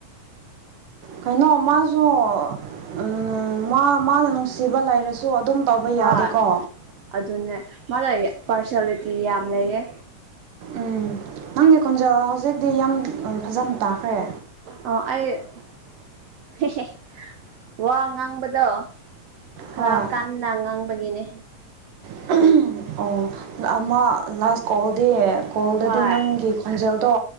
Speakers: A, on the right; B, on the right.
A: ꯀꯩꯅꯣ ꯃꯥꯁꯨ ꯎꯝ ꯃꯥ ꯃꯥꯅ ꯅꯨꯡꯁꯤꯕ ꯂꯩꯥꯔꯁꯨ ꯁꯣ ꯑꯗꯨꯝ ꯇꯧꯕ
B: ꯍꯣꯏ
A: ꯌꯥꯗꯦꯀꯣ
B: ꯑꯗꯨꯅꯦ ꯃꯥꯅ ꯄꯥꯔꯁꯦꯂꯤꯇꯤ ꯌꯥꯝ ꯂꯩꯌꯦ
A: ꯎꯝ ꯅꯪꯒꯤ ꯈꯣꯟꯖꯦꯜ ꯍꯧꯖꯤꯛꯇꯤ ꯌꯥꯝ ꯐꯖꯅ ꯇꯥꯈ꯭ꯔꯦ
B: ꯑꯣ ꯑꯩ <unintelligible> ꯋꯥ ꯉꯥꯡꯕꯗꯣ ꯈꯔ
A: ꯍꯣꯏ
B: ꯀꯟꯅ ꯉꯥꯡꯕꯒꯤꯅꯦ
A: <unintelligible> ꯑꯣ ꯑꯃ ꯂꯥꯁ ꯀꯣꯜꯗꯤ ꯀꯣꯜꯗꯗꯤ
B: ꯍꯣꯏ
A: ꯅꯪꯒꯤ ꯈꯣꯟꯖꯦꯜꯗꯣ